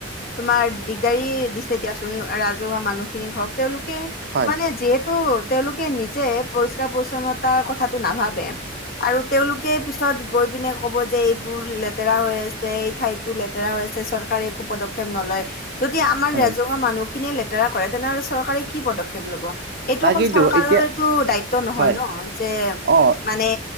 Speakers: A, on the left (about 50°); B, on the right (about 60°).
A: তোমাৰ দিগদাৰি দিছে দিয়াচোন ৰাজহুৱা মানুহখিনিক হওঁক তেওঁলোক কে
B: হয়
A: মানে যিহেতু তেওঁলোকে নিজে পৰিষ্কাৰ পৰিচ্ছন্নতাৰ কথাটো নাভাবে। আৰু তেওঁলোকে পিছত গৈ পিনে ক'ব যে এইবোৰ লেতেৰা হৈ আছে এই ঠাইতো লেতেৰা হৈ আছ চৰকাৰে একো পদক্ষেপ নলয়। যদি আমাৰ
B: হয়
A: ৰাজহুৱা মানুহ খিনিয়ে লেতেৰা কৰে তেনেহ'লে চৰকাৰে কি পদক্ষেপ লব? এইটো
B: তাকেইতো
A: অকল চৰকাৰৰটো
B: এতিয়া
A: দায়িত্ব নহয়
B: হয়
A: ন যে
B: অ
A: মানে